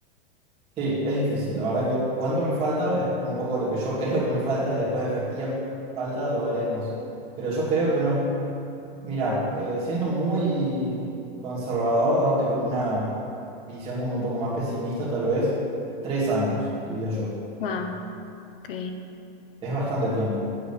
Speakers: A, on the right; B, on the left.
A: Sí, es difícil. La verdad que cuánto me falta es como un poco lo que yo creo que me falta y después efectivamente falta lo veremos. Pero yo creo que unos, mira, eh, siendo muy conservador, dándote como una visión como un poco más pesimista tal vez, tres años, diría yo.
B: Wow, <laughs> ok,
A: Es bastante tiempo.